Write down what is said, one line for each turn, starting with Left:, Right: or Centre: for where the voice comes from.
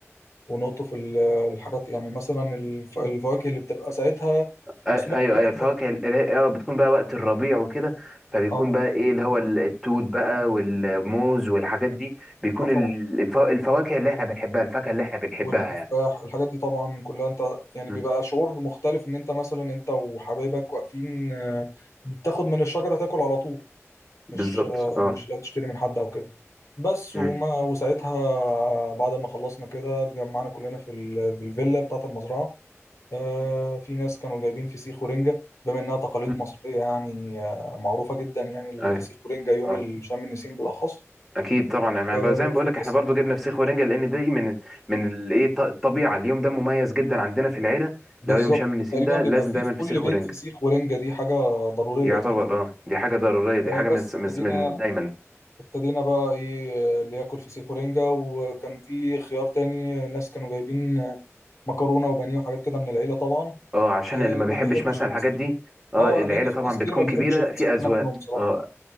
Left: ونقطف ال- الحاجات يعني مثلا الف... الفواكه اللي بتبقى ساعتها
Centre: آه،
Left: مثمرة في
Centre: ايوه
Left: الوقت
Centre: ايوه فواكه
Left: ده
Centre: ال- ال- اه بتكون بقى وقت الربيع وكده فبيكون
Left: اه
Centre: بقى ايه اللي هو ال- التوت بقى والموز والحاجات دي بيكون
Left: اه
Centre: ال-
Left: طبعا
Centre: الف- الفواكه اللي احنا بنحبها الفاكهة اللي احنا بنحبها
Left: والتفاح
Centre: يعني
Left: الحاجات دي طبعا كلها انت يعني
Centre: مم.
Left: بيبقى شعور مختلف ان انت مثلا انت وحبايبك واقفين آه، بتاخد من الشجرة تاكل على طول
Centre: بالظبط
Left: مش
Centre: اه
Left: مش لو تشتري من حد او كده بس
Centre: امم
Left: وما وساعتها بعد ما خلصنا كده اتجمعنا كلنا في ال... في الفيلا بتاعة
Centre: مم.
Left: المزرعة آه
Centre: مم.
Left: في ناس كانوا جايبين فسيخ ورنجة بما انها تقاليد
Centre: مم.
Left: مصرية يعني آه معروفة جدا يعني الفسيخ
Centre: ايوه
Left: ورنجة يوم
Centre: اه
Left: ال- شم النسيم بالاخص
Centre: اكيد طبعا احنا
Left: آه
Centre: بقى- زي ما بقول
Left: في
Centre: لك
Left: ناس
Centre: احنا برضو جبنا فسيخ ورنجة لان دي من من الايه الط- الطبيعة اليوم ده مميز جدا عندنا في العيلة
Left: بالظبط
Centre: لو يوم شم النسيم
Left: تقريبا
Centre: ده
Left: بيبقى
Centre: لازم
Left: فيه
Centre: دايما
Left: في كل
Centre: فسيخ
Left: بيت
Centre: ورنجة
Left: فسيخ ورنجة دي حاجة ضرورية
Centre: يعتبر
Left: تقريبا
Centre: اه دي حاجة ضرورية دي
Left: آه
Centre: حاجة
Left: بس
Centre: من من
Left: ابتدينا
Centre: من دايما
Left: ابتدينا بقى ايه آه، اللي ياكل فسيخ ورنجة وكان في خيار تاني ناس كانوا جايبين مكرونه وبانيه وحاجات كده من العيله طبعا
Centre: اه عشان
Left: آه،
Centre: اللي
Left: اللي
Centre: ما بيحبش
Left: ما بيحبش
Centre: مثلا
Left: الفسيخ
Centre: الحاجات دي اه
Left: اه
Centre: العيله
Left: لان في
Centre: طبعا
Left: ناس كتير
Centre: بتكون
Left: ما بتحبش
Centre: كبيره
Left: الفسيخ
Centre: في اذواق
Left: انا منهم بصراحه
Centre: اه